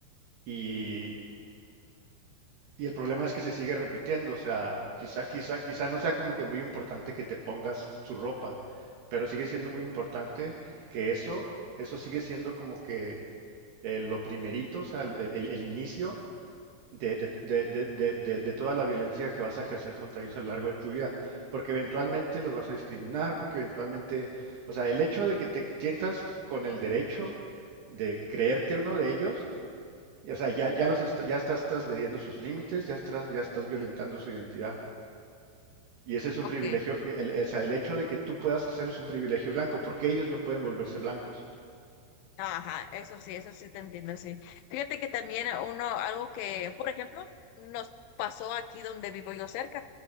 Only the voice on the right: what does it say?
y, y el problema es que se sigue repitiendo, o sea, quizá, quizá, quizá no sea como que muy importante que te pongas su ropa, pero sigue siendo muy importante que eso, eso sigue siendo como que eh, lo primerito, o sea, el, el- el inicio de, de- de- de- de- de- de toda la violencia que vas a ejercer contra ellos a lo largo de tu vida, porque eventualmente los vas a discriminar, porque eventualmente, o sea, el hecho de que te tientas con el derecho de creerte uno de ellos, o sea, ya, ya, los est- ya estás transgrediendo sus límites, ya estás, ya estás violentando su identidad. Y ese es un
privilegio, el, o sea, el hecho de que tú puedas hacerlo es un privilegio blanco, porque ellos no pueden volverse blancos.